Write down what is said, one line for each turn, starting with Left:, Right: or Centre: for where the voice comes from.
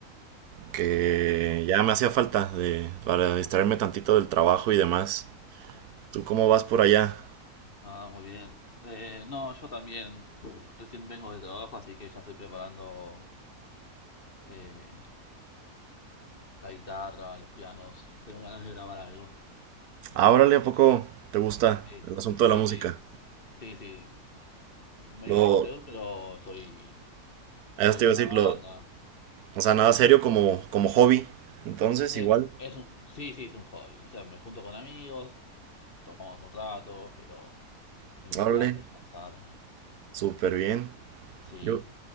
Right: que ya me hacía falta de, para distraerme tantito del trabajo y demás. ¿Tú cómo vas por allá?
Left: Ah, muy bien. Eh, no, yo también recién vengo de trabajo, así que ya estoy preparando eh, la guitarra, los pianos. Tengo ganas de grabar algo.
Right: Ábrale, ¿a poco te gusta
Left: Sí,
Right: el asunto
Left: sí,
Right: de la música?
Left: sí. Sí, sí. Medio
Right: Lo,
Left: amateur, pero estoy,
Right: eso
Left: estoy
Right: te
Left: con
Right: iba a decir,
Left: una banda.
Right: lo, O sea, nada serio como, como hobby. Entonces,
Left: Es,
Right: igual,
Left: es un, sí, sí, es un hobby. O sea, me junto con amigos, tocamos un rato, pero en
Right: órale,
Left: plan descansar.
Right: súper bien.
Left: Sí,
Right: Yo,